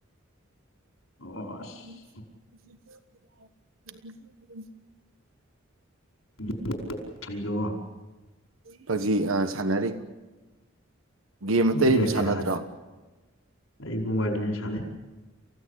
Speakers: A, on the left; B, on the right.
A: ꯑꯣ ꯑꯁ
B: <unintelligible>
A: <unintelligible>
B: ꯐꯖꯤ ꯁꯥꯟꯅꯔꯤ ꯒꯦꯝ ꯑꯇꯩ
A: ꯃꯤꯖꯀꯦ
B: ꯑꯗꯨꯝ ꯁꯥꯟꯅꯗ꯭ꯔꯣ
A: ꯑꯍ ꯑꯩ ꯨꯡꯕ ꯑꯗꯨꯅ ꯁꯅ